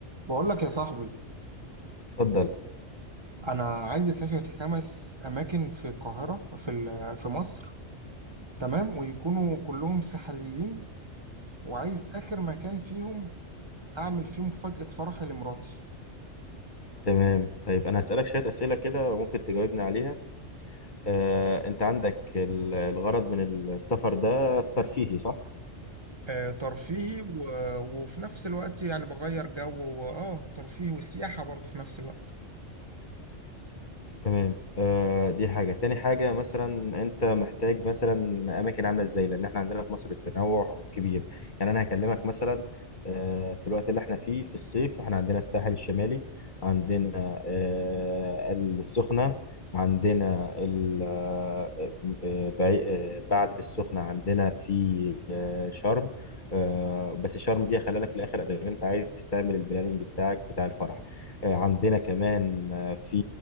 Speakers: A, on the right (about 25°); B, on the left (about 45°).
A: بقول لك يا صاحبي
B: اتفضل
A: انا عايز اسافر خمس اماكن في القاهره في ال- في مصر تمام ويكونوا كلهم ساحليين وعايز اخر مكان فيهم اعمل فيه مفاجاه فرحي لمراتي
B: تمام طيب انا هسألك شوية أسئلة كده وممكن تجاوبني عليها آه، انت عندك ال- الغرض من السفر ده ترفيهي صح؟
A: آه ترفيهي و... وفي نفس الوقت يعني بغير جو واه ترفيهي وسياحه برضه في نفس الوقت
B: تمام آه دي حاجة تاني حاجة مثلا أنت محتاج مثلا أماكن عاملة إزاي لأن إحنا عندنا في مصر التنوع كبير يعني أنا هكلمك مثلا آه في الوقت اللي إحنا فيه في الصيف إحنا عندنا الساحل الشمالي عندنا آه السخنة عندنا ال- آه، آه، بعي- آه، بعد السخنة عندنا في آه شرم آه بس شرم دي خلي لك في الآخر إذا أنت عايز تعمل البلاننج بتاعك بتاع الفرح آه، عندنا كمان في